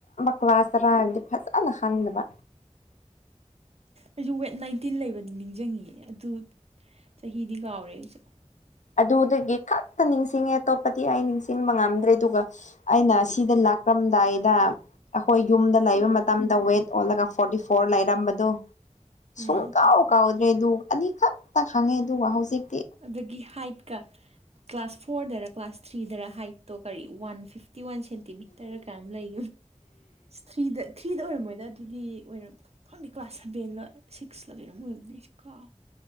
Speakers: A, on the left; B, on the right.
A: ꯀ꯭ꯂꯥꯁ ꯇꯔꯥ ꯍꯥꯏꯔꯗꯤ ꯐꯖꯅ ꯍꯪꯗꯕ
B: ꯑꯩꯁꯨ ꯋꯦꯠ ꯅꯥꯏꯟꯇꯤꯟ ꯂꯩꯕꯅꯤ ꯅꯤꯡꯁꯤꯡꯉꯤ ꯑꯗꯨ ꯆꯍꯤꯗꯤ ꯀꯥꯎꯔꯦ ꯑꯩꯁꯨ
A: ꯑꯗꯨꯗꯒꯤ ꯈꯛꯇ ꯅꯤꯡꯁꯤꯡꯉꯦ ꯑꯇꯣꯞꯄꯗꯤ ꯑꯩ ꯅꯤꯡꯁꯤꯡꯕ ꯉꯝꯗ꯭ꯔꯦ ꯑꯗꯨꯒ ꯑꯩꯅ ꯁꯤꯗ ꯀ꯭ꯔꯝꯗꯥꯏꯗ ꯍꯣꯏ ꯌꯨꯝꯗ ꯂꯩꯕ
B: ꯎꯝ
A: ꯃꯇꯝꯗ ꯋꯦꯠ ꯑꯣꯜꯂꯒ ꯐꯣꯔꯇꯤ ꯐꯣꯔ ꯂꯩꯔꯝꯕꯗꯨꯣ
B: ꯎꯝ
A: ꯁꯨꯡ ꯀꯥꯎ ꯀꯥꯎꯗ꯭ꯔꯦꯗꯨ ꯑꯅꯤꯈꯛꯇ ꯈꯪꯉꯦ ꯑꯗꯨꯒ ꯍꯧꯖꯤꯛ
B: ꯑꯗꯒꯤ ꯍꯥꯏꯠꯀ ꯀ꯭ꯂꯥꯁ ꯐꯣꯔꯗꯔ ꯀ꯭ꯂꯥꯁ ꯊ꯭ꯔꯤꯗꯔ ꯍꯥꯏꯠꯇꯣ ꯀꯔꯤ ꯋꯥꯟ ꯐ ꯐꯤꯇꯤ ꯋꯥꯟ ꯁꯦꯟꯇꯤꯃꯤꯇꯔ ꯀꯝ ꯂꯩ ꯊ꯭ꯔꯤꯗ ꯊ꯭ꯔꯤꯗ ꯑꯣꯏꯔꯝꯃꯣꯏꯗ ꯑꯗꯨꯒꯤ ꯑꯣꯏꯅꯝ ꯈꯪꯗꯦ ꯀ꯭ꯂꯥꯁ ꯁꯚꯦꯟꯂ ꯁꯤꯛꯁꯂ ꯀꯩꯅꯔꯝ ꯑꯣꯏꯕꯅꯦ ꯑꯩꯁꯨ ꯀꯥꯎ